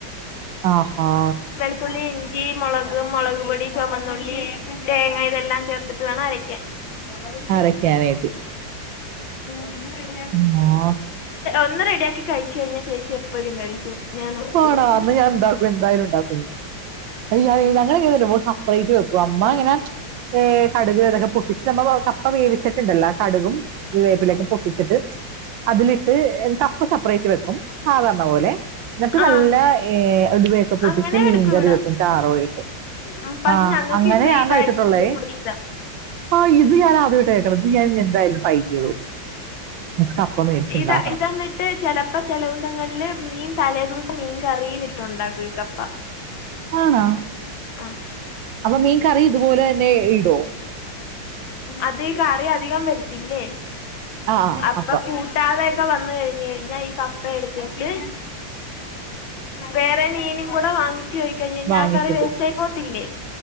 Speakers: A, on the right; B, on the left.
A: ആഹാആഹാ
B: വളത്തുള്ളി ഇഞ്ചി മുളക് മുളക് പൊടി ചുമന്നുള്ളി തേങ്ങ ഇതെല്ലാം ചേർത്തിട്ട് വേണം അരക്കാൻ മുള പൊടി
A: അരയ്ക്കാനായിട്ട്
B: ഒന്ന് റെഡി ആ
A: ആണോ
B: ഒന്ന് റെഡിയാക്കി കഴിച്ച കഴിഞ്ഞാൽ ചേച്ചി എപ്പോഴും കഴിക്കും ഞാൻ ഉറപ്പ്
A: ആണാ
B: തരുന്നു
A: അന്ന് ഞാൻ ഇണ്ടാക്കും എന്തായാലും ഇണ്ടാക്ക അ ഞങ്ങളെങ്ങനെന്നറിയാമേ അ അമ്മ
B: ആ.
A: ഇങ്ങനെ കടുക അതൊക്കെ ച്ച് നമ്മ കപ്പ വേവിച്ചിട്ടുണ്ടല്ലോ കടുകും വേപ്പിലൊക്കെ പൊട്ടിച്ചിട്ട് അതിലിട്ട് കപ്പ് സെപ്പറേറ്റ് വെക്കും സാധാരണ പോലെ എന്നിട്ട്
B: ആ
A: നല്ല ഏ ഉലു വയൊക്കെ പൊട്ടിച്ച്
B: അങ്ങനെ
A: മീൻകറി
B: എടുക്കും ഇവിടെ
A: വെക്കും താറോയിട്ട്
B: ഉം, പക്ഷെ
A: ആഹ
B: ഞങ്ങൾക്ക്
A: അങ്ങനെ
B: ഇത്
A: ഞാൻ
B: ഇതാ
A: കഴിച്ചിട്ടുള്ളേ
B: ഇച്ചിരിയും കൂടി ഇഷ്ടം
A: ആ ഇ ത് ഞൻ ആദ്യമായിട്ട് കേൾക്ക് ണത് ഞൻ എന്തായാലും ഫൈറ്റ് ചെയ്ത നോക്കും മീൻസ് കപ്പ മേടിച്ചുണ്ടാക്കണം
B: ഇതാ ഇതന്ന ചെലപ്പോ ചെല ദിവസങ്ങളില് മീൻ തലേ ദിവസം മീൻ കറിയിലിട്ടുണ്ടാക്കും ഈ കപ്പ
A: ആണോ
B: ആഹ്
A: അപ്പൊ മീൻ കറി ഇതുപോലെ തന്നെ ഇടോ
B: അതെ ഈ കറി അധികം വരത്തില്ലേ
A: ആഹ് ആഹ്
B: അപ്പ
A: അപ്പം
B: കൂ ട്ടാതൊക്കെ വന്ന് കഴിഞ്ഞ് കഴിഞ്ഞാൽ ഈ കപ്പ എടുത്തിട്ട് വേറെ മീനും കൂടെ വാങ്ങി വെച്ച് പോയി കഴിഞ്ഞാ
A: വാങ്ങിച്ചിട്ട്
B: ആ കറി വേസ്റ്റ് ആയി പോത്തില്ലേ